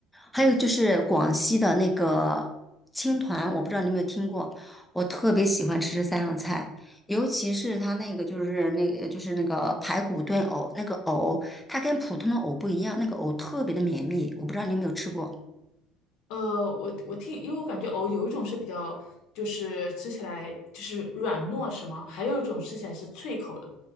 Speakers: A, in the centre; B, on the left.
A: 还有就是广西的那个青团，我不知道你有没有听过，我特别喜欢吃这三样菜，尤其是它那个就是那个就是那个排骨炖藕，那个藕它跟普通的藕不一样，那个藕特别的绵密，我不知道你有没有吃过。
B: 呃，我我听，因为我感觉藕有一种是比较，就是吃起来就是软糯，是吗？还有一种吃起来是脆口的。